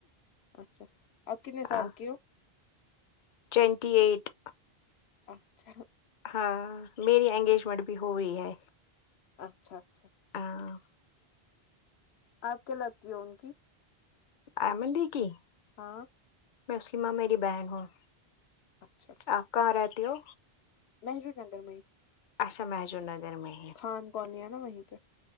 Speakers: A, on the left; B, on the left.
A: اچھا آپ کتنے سال
B: ہاں
A: کی ہو
B: ٹوینٹی ایٹ
A: اچھا
B: ہاں میری اینگیجمنٹ بھی ہوئی ہے
A: اچھا اچھا
B: ہاں
A: آپ کیا لگتی ہو ان کی
B: ائمن دی کی
A: ہاں
B: میں اس کی ماں میری بہن ہوں
A: اچھا
B: آپ کہاں رہتی ہو
A: محرود نگر میں ہی
B: اچھا محجور نگر میں ہی
A: خان کالنی ہے نا وہیں پہ